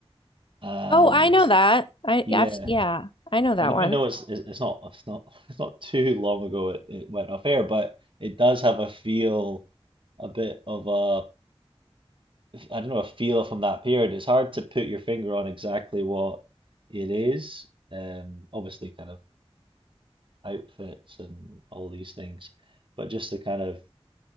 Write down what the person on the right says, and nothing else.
and
yeah,
and even
though it's it's it's not it's not <laughs> it's not too long ago it, it went off air, but it does have a feel a bit of a I don't know, a feel from that period. It's hard to put your finger on exactly what it is. Um, obviously, kind of outfits and all these things, but just the kind of